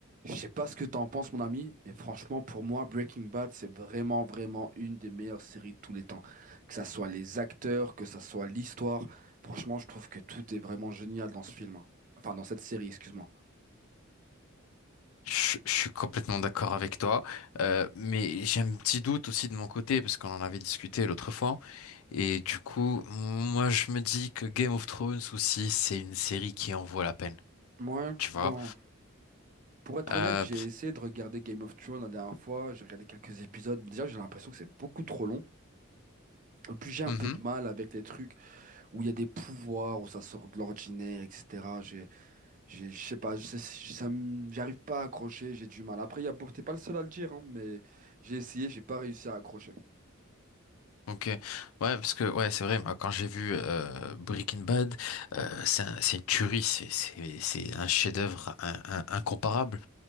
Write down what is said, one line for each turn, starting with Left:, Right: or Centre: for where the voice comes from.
Right: Je sais pas ce que t'en penses, mon ami, mais franchement, pour moi, Breaking Bad, c'est vraiment, vraiment une des meilleures séries de tous les temps. Que ça soit les acteurs, que ça soit l'histoire, franchement, je trouve que tout est vraiment génial dans ce film. hein. Enfin, dans cette série, excuse-moi.
Left: Je, je suis complètement d'accord avec toi, euh, mais j'ai un petit doute aussi de mon côté parce qu'on en avait discuté l'autre fois. Et du coup, moi je me dis que Game of Thrones aussi c'est une série qui en vaut la peine,
Right: Ouais,
Left: tu vois.
Right: bon. Pour être
Left: Euh,
Right: honnête, j'ai essayé de regarder Game of Thrones la dernière fois, j'ai regardé quelques épisodes. Déjà, j'ai l'impression que c'est beaucoup trop long. Et puis, j'ai un
Left: mhm,
Right: peu de mal avec les trucs. où il y a des pouvoirs, où ça sort de l'ordinaire, etc. J'ai, j'ai, je sais pas, je sais- ça me- j'arrive pas à accrocher, j'ai du mal. Après, il y a, beau- t'es pas le seul à le dire, hein, mais j'ai essayé, j'ai pas réussi à accrocher.
Left: ok, ouais parce que ouais c'est vrai. Moi quand j'ai vu euh, Breaking Bad, euh, c'est un- c'est une tuerie, c'est c'est c'est un chef-d'œuvre in- in- incomparable.